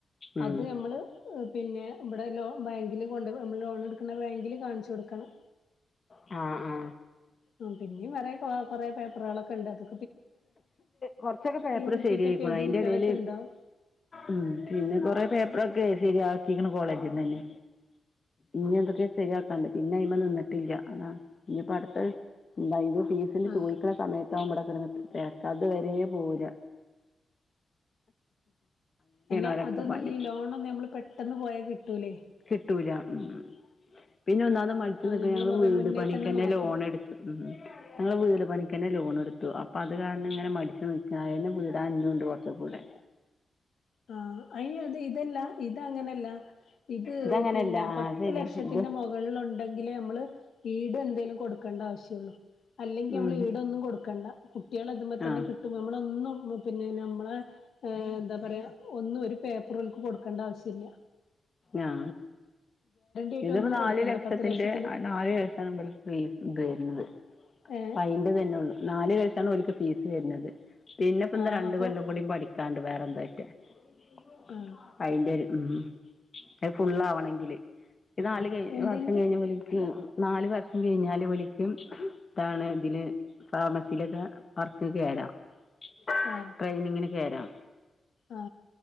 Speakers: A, on the left; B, on the left.
A: ഉം
B: അത് ഞമ്മൾ പിന്നെ ഇബടെ ലോ ബാങ്കിൽ കൊണ്ടൊയ് നമ്മൾ ലോൺ അടക്ക്ണ ബാങ്കിൽ കാണിച്ച് കൊട്ക്കണം
A: ആ ആ
B: ആ പിന്നിം പറയാ ആ കൊറെ പേപ്പറാളൊക്കെ ഇണ്ട് അതൊ
A: കൊറച്ചൊക്കെ പേപ്പറ്
B: റിപ്പീറ്റ്
A: ശരിയായിക്കുണു
B: ഒക്കെ എഴുതിയ
A: അയിന്റെ
B: കുട്ടികളൊക്കെ
A: എടേൽ
B: ഉണ്ടാവും
A: ഉം പിന്നെ കൊറെ പേപ്പർ ഒ ക്കെ ശരിയാക്കിക്ക്ണ് കോളേജ്ന്നെന്നെ ഇഞ്ഞ് എന്തൊക്കെ ശെരിയാക്കാണ്ട് പിന്നെ അയിമ്മെ നിന്നിട്ടില്ല അതാണ് ഇഞ്ഞ്പ്പം അട്ത്തെയ് ഇല്ല ഇത് ഫീസിന്
B: ആ
A: ചോയിക്ക്ണ സമയ ട്ടാവും ഇബടെ കടന്ന് കേക്കാ അത് വരേ പോവുലാ
B: എന്നെ
A: ഓലൊക്കെ
B: അതൊന്നും
A: പണി
B: ഈ ലോണൊന്നും ഞമ്മൾ പെട്ടന്ന് പോയാൽ കിട്ടൂലെയ്
A: കിട്ടൂല ഉം പിന്നെ ഒന്നാമത് മട്ച്ച് നിക്ക്
B: ഞമ്മള്
A: ണെ ഞങ്ങൾ
B: കൊറേ
A: വീട്
B: മുന്നേ
A: പണിക്ക്
B: തന്നെ
A: എന്നെ
B: നോക്കണം
A: ലോൺ എട്ക്ക്ന്ന് ഞങ്ങളെ വീട് പണിക്കെന്നെ ലോൺ എട്ത്തു അപ്പ അപ്പം അത് കാരണം ഇങ്ങനെ മടിച്ച് നിക്കാ അയെന്നെ വീടാൻ ഇഞ്ഞും ഇണ്ട് കൊർച്ച് കൂടെ
B: ആ അയ് ഇ അത് ഇതല്ല ഇത് അങ്ങനെയല്ല ഇത്
A: ഇതങ്ങനല്ല
B: പിന്നെ
A: ആ
B: പത്ത്
A: ശരിയാ
B: ലക്ഷത്തിന്റെ
A: ഇത്
B: മൊകളിൽ ഉണ്ടെങ്കിലെ മ്മൾ ഈട് എന്തേലും കൊട്ക്കെണ്ട ആവശ്യം ഒള്ളൂ അല്ലെങ്കി
A: ഉം
B: നമ്മൾ ഈടൊന്നും കൊട്ക്കണ്ട കുട്ടിയാളെ ഇത് മ്മെ തന്നെ
A: ആഹ്
B: കിട്ടും നമ്മൾ ഒന്നും ഉം മു പിന്നെ നമ്മളെ ഏ എന്താ പറയാ ഒന്നും ഒരു പേപ്പറും ഓൽക്ക് കൊട്ക്കണ്ട ആവശ്യ ഇില്ല
A: ആ
B: ആയിട്ട്
A: ഇതിപ്പോ
B: ഒന്നും
A: നാല്
B: കൊടുക്കണ്ട
A: ലക്ഷത്തിന്റെ
B: പത്ത് ലക്ഷത്തിന്
A: നാലു ലക്ഷം ഇബൽക്ക് ഫീസ് ഇത് വെര്ന്നത്
B: ഏ
A: അപ്പം അയിന്റെ ഇതന്നെ ഒള്ളൂ നാല് ലക്ഷാണ് ഒൽക്ക് ഫീസ് വരുന്നത് പിന്നെപ്പൊ
B: ആ
A: ഇന്താ രണ്ട്
B: അപ്പൊ
A: കൊല്ലം കൂടിയും പഠിക്കാണ്ട് വേറെന്താ ട്ടെ <unintelligible>
B: ആ
A: അയിന്റെ ഒരു ഉം അ ഫുള്ളാവണെങ്കില് ഇത് നാല് കഴി
B: എന്തിന്റെ
A: വർഷം കഴിഞ്ഞ് വിളിക്കുവാ നാല് വർഷം കഴിഞ്ഞാല് ഒളിക്കും താണ് ഇതിന് ഫാർമസിയിലൊക്കെ വെ കറച്ച് കേയരാം <unintelligible> <unintelligible>
B: ആ
A: ട്രെയിനിങ്ങിന് കയരാം
B: ആ